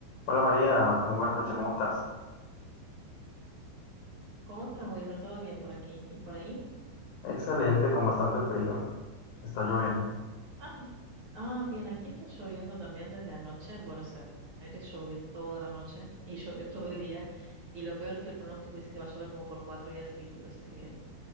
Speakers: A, on the left (about 70°); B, on the right (about 65°).
A: Hola María, muy buenas noches, ¿cómo estás?
B: ¿Cómo estás, Wilmer? ¿Todo bien por aquí y por ahí?
A: Excelente, con bastante frío. Está lloviendo.
B: Ah, ah, bien, aquí está lloviendo también desde anoche. En Buenos Aires llovió toda la noche y llovió todo el día. Y lo peor es que el pronóstico dice que va a llover como por cuatro días seguidos, así que